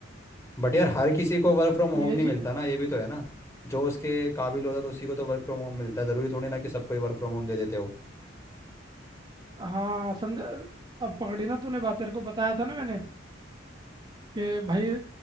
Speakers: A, on the left (about 15°); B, on the right (about 25°).
A: बट यार हर किसी को वर्क फ्रॉम होम
B: तो ये
A: नहीं
B: चीज
A: मिलता ना ये भी तो है ना जो उसके काबिल होता है तो उसी को तो वर्क फ्रॉम होम मिलता है ज़रूरी थोड़ी ना कि सबको ही वर्क फ्रॉम होम दे देते हो
B: हाँ समझा अब पकड़ी ना तूने बात तेरे को बताया था ना मैंने कि भाई